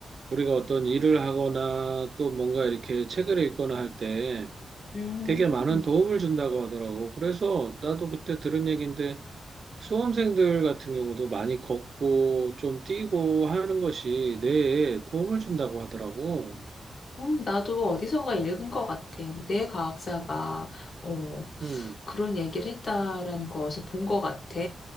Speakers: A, on the right (about 40°); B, on the left (about 45°).
A: 우리가 어떤 일을 하거나 또 뭔가 이렇게 책을 읽거나 할 때
B: 음.
A: 되게 많은 도움을 준다고 하더라고. 그래서 나도 그때 들은 얘기인데 수험생들 같은 경우도 많이 걷고 좀 뛰고 하는 것이 뇌에 도움을 준다고 하더라고.
B: 음, 나도 어디선가 읽은 것 같아. 내 과학자가 어,
A: 음,
B: 그런 얘기를 했다라는 거 어디서 본 것 같아.